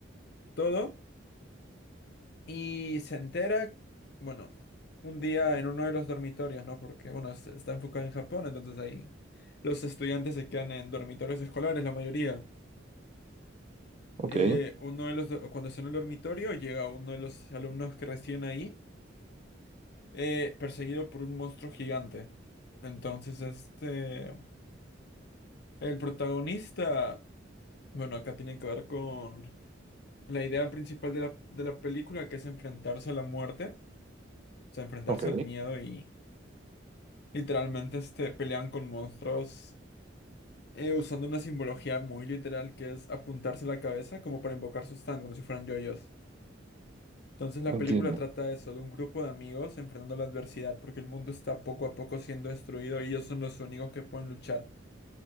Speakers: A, on the left (about 60°); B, on the right (about 35°).
A: todo. Y se entera, bueno, un día en uno de los dormitorios, ¿no? Porque, bueno, es- está enfocado en Japón, entonces ahí los estudiantes se quedan en dormitorios escolares, la mayoría.
B: Ok,
A: Eh, uno de los, do- cuando está en el dormitorio, llega uno de los alumnos que recién ahí, eh, perseguido por un monstruo gigante. Entonces, este, el protagonista, bueno, acá tiene que ver con la idea principal de la, de la película, que es enfrentarse a la muerte, o sea, enfrentarse
B: ok,
A: al miedo y Literalmente este, pelean con monstruos eh, usando una simbología muy literal que es apuntarse la cabeza como para invocar su stand, como si fueran yoyos. Entonces la
B: entiendo.
A: película trata eso, de un grupo de amigos enfrentando la adversidad, porque el mundo está poco a poco siendo destruido y ellos son los únicos que pueden luchar.